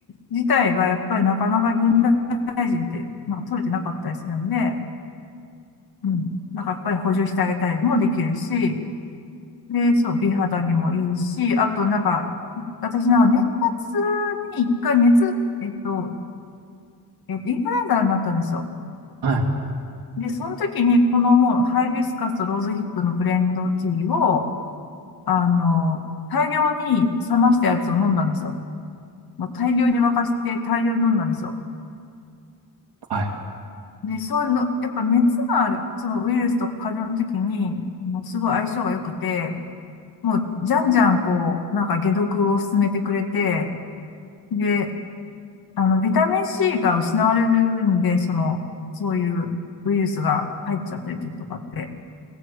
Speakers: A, on the left; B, on the right.
A: 自体がやっぱりなかなか現代人って、まあ、取れてなかったりするんで、うん。なんかやっぱり補充してあげたりもできるし、で、そう、美肌にもいいし、あとなんか、私なんか年末に一回熱、えっと、えっと、インフルエンザになったんですよ。
B: ー。はい。
A: で、その時にこのもうハイビスカスとローズヒップのブレンドティーを、あの、大量に冷ましたやつを飲んだんですよ。もう大量に沸かして大量に飲んだんですよ。
B: はい。
A: で、そういうの、やっぱ熱がある、そのウイルスとか風邪の時に、もうすごい相性が良くて、もう、じゃんじゃん、こう、なんか解毒を進めてくれて、で、あの、ビタミン C が失われるんで、その、そういうウイルスが入っちゃってる時とかって、